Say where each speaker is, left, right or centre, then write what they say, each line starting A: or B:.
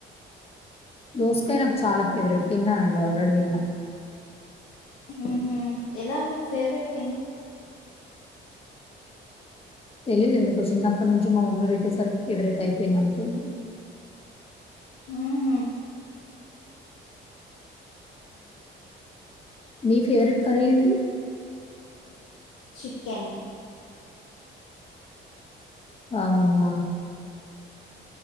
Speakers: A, on the left; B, on the left.
A: దోస్కాయ నాకు చాలా ఫేవరెట్ తిన్నానండి ఆల్రెడీ తిన్నా.
B: ఉహ ఎలా మీకు ఫేవరెట్ అయింది?
A: తెలిదు ఎందుకో చిన్నప్పటి నుంచి మా మమ్మీ పెట్టేసరికి ఫేవరెట్ అయిపోయింది అంతేమ
B: ఆహ
A: మీ ఫేవరెట్ కర్రీ ఏంటి?
B: చికెన్
A: అవునా